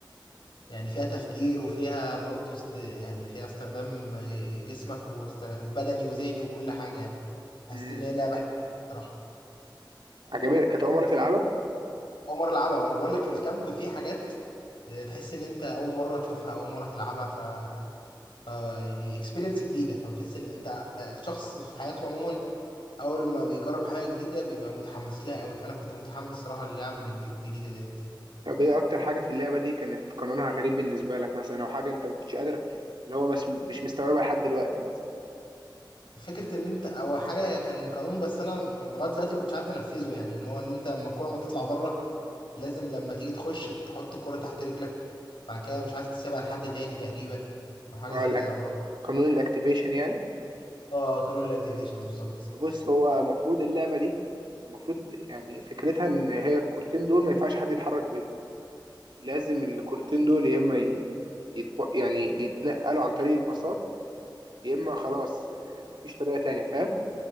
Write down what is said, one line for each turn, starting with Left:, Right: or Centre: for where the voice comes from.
Left: يعني فيها تفكير وفيها برضه است... يعني فيها استخدام جسمك وست... وبدني وذهني وكل حاجة يعني حسيت
Right: امم
Left: إن هي لعبة صراحة
Right: عجبتك كانت اول مره تلعبها
Left: أول مرة ألعبها ما أنا بقول لك الكامب فيه حاجات آه، تحس إن أنت أول مرة تشوفها أول مرة تلعبها ف, ف... يعني اكسبيرينس جديدة فبتحس إن أنت آه، الشخص في حياته عموما أول ما بيجرب حاجة جديدة بيبقى متحمس لها أوي فأنا كنت متحمس صراحة للعب الجديدة ديت
Right: طب ايه اكتر حاجه في اللعبه دي كانت قانونها غريب بالنسبه لك مثلا او حاجه انت ما كنتش قادر اللي هو مس... مش مستوعبها لحد دلوقتي مثلا
Left: فكرة ان انت او حاجة كان قانون بس انا لغاية دلوقتي ما كنتش عارف انفذه يعني ان هو ان انت لما الكرة ما تطلع بره لازم لما تيجي تخش تحط الكرة تحت رجلك بعد كده مش عارف تسيبها لحد تاني تقريبا او حاجة
Right: اه
Left: زي
Right: الأك...
Left: كده هو-
Right: قانون الاكتيفيشن يعني
Left: اه قانون الاكتيفيشن بالظبط
Right: بص هو المفروض اللعبه دي المفروض يعني فكرتها ان هي الكورتين دول ما ينفعش حد يتحرك بيهم لازم الكورتين دول يا اما ي- يتب... يعني يتنقلوا عن طريق الباصات يا اما خلاص آه، مفيش طريقه تانية فاهم